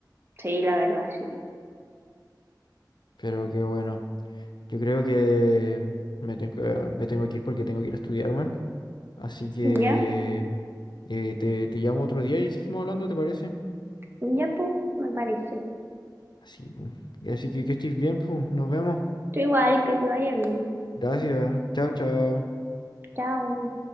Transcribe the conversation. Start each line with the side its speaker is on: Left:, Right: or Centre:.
Right: Sí, la verdad, sí.
Left: Pero qué bueno. Yo creo que me tengo, que- me tengo que ir porque tengo que ir a estudiar, weón. Así que
Right: Ya,
Left: eh, te, te llamo otro día y seguimos hablando, ¿te parece?
Right: ya, pues, me parece.
Left: Así, pues. Así que que estés bien, pues. Nos vemos.
Right: Tú igual, que te vaya bien.
Left: Gracias. Chao, chao.
Right: Chao.